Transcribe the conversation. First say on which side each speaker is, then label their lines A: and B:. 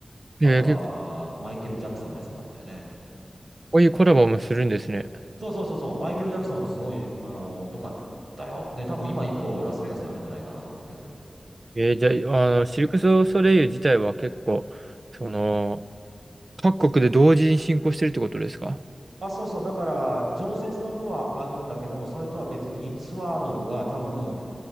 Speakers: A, on the right (about 80°); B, on the right (about 45°).
A: あとはマイケル・
B: えー結構、
A: ジャクソンのやつもあったよね。
B: こういうコラボもするんですね。
A: そうそうそうそう、マイケル・ジャクソンもすごい、あの、良かったよ。で、多分今1個ラスベガスにあるんじゃないかなと思うけど。
B: えーじゃあ、あの、シルク・ソソレイユ自体は結構、その、各国で同時に進行してるってことですか
A: あ、そうそう。だから、常設の部はあるんだけども、それとは別にツアーの部が多分、